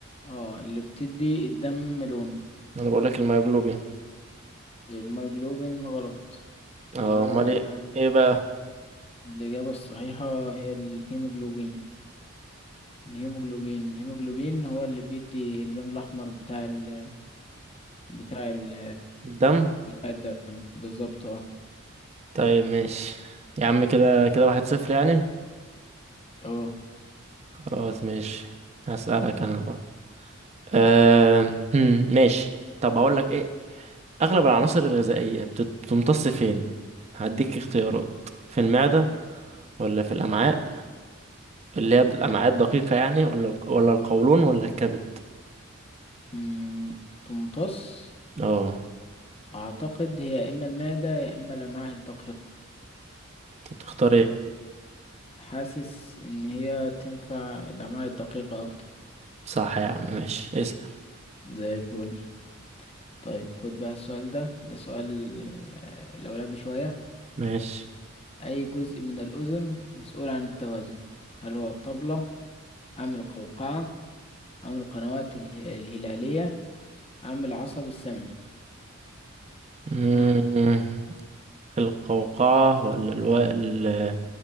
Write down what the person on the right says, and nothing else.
انا بقول لك الميوجلوبين
اه امال ايه ايه بقى
الدم
طيب ماشي يا عم كده كده واحد صفر يعني
خلاص ماشي هسألك انا بقى. أه... هم، ماشي طب هقول لك ايه اغلب العناصر الغذائيه بتت- بتمتص فين هديك اختيارات في المعده ولا في الامعاء اللي هي الامعاء الدقيقه يعني ولا الق- ولا القولون ولا الكبد
اه
طب تختار ايه
صح يا عم ماشي اسال
ماشي
مم...
القوقعه ولا الو... ال-